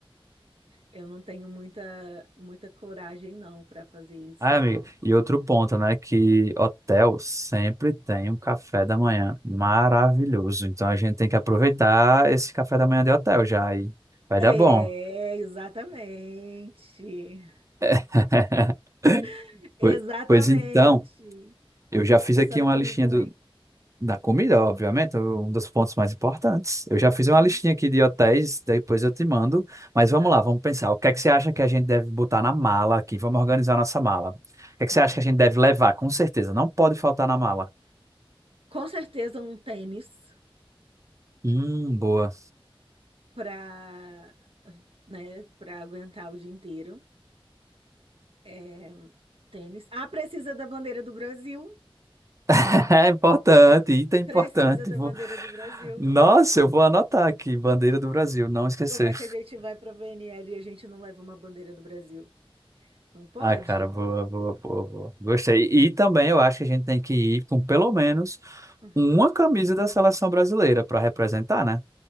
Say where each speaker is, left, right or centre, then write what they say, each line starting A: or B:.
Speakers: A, on the right (about 75°); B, on the right (about 35°).
A: eu não tenho muita muita coragem não para fazer isso.
B: Ah, amigo, e outro ponto, né, que hotel sempre tem um café da manhã maravilhoso. Então a gente tem que aproveitar esse café da manhã de hotel já e vai
A: É,
B: dar bom.
A: exatamente.
B: <laughs>
A: <laughs> Exatamente.
B: Pois pois então, eu já
A: Tem
B: fiz
A: que pensar
B: aqui
A: na
B: uma
A: comida
B: listinha
A: também.
B: do, da comida, obviamente, um dos pontos mais importantes. Eu já fiz uma
A: Uhum.
B: listinha aqui de hotéis, depois eu te mando. Mas vamos
A: Tá,
B: lá, vamos pensar. O que é que você acha que a gente deve botar na mala aqui? Vamos organizar a nossa mala. O que é que
A: tá.
B: você acha que a gente deve levar? Com certeza, não pode faltar na mala.
A: Com certeza um tênis
B: Hum, boa.
A: para né, para aguentar o dia inteiro. É, tênis. Ah, precisa da bandeira do Brasil.
B: <laughs> É importante, item
A: Precisa
B: importante.
A: da
B: Vou-
A: bandeira do Brasil.
B: Nossa, eu vou anotar aqui, bandeira do Brasil, não esquecer.
A: Como é que a gente vai para a VNL e a gente não leva uma bandeira do Brasil? Não pode?
B: Ah, cara, boa, boa, boa, boa. Gostei. E também eu acho que a gente tem que ir com pelo menos
A: Uhum.
B: uma camisa da seleção brasileira para representar, né?